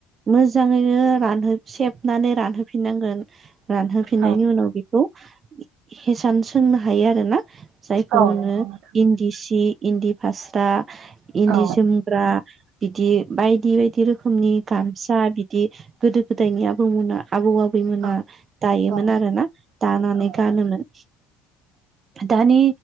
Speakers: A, on the right; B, on the right.
A: मोजाङैनो रानहो सेबनानै रानहोफिननांगोन रानहोफिननायनि
B: औ
A: उनाव बेखौ हेसान सोंनो हायो आरोना जायखौ
B: औ
A: होनो
B: नंगौ नोंथां
A: इन्दि सि इन्दि फास्रा इन्दि
B: औ
A: जोमग्रा बिदि बायदि बायदि बिदि रोखोमनि गामसा बिदि गोदो गोदायनियाबो दंना आबौ आबैमोना
B: औ
A: दायोमोन
B: औ
A: आरो ना दानानै
B: औ
A: गानोमोन दानि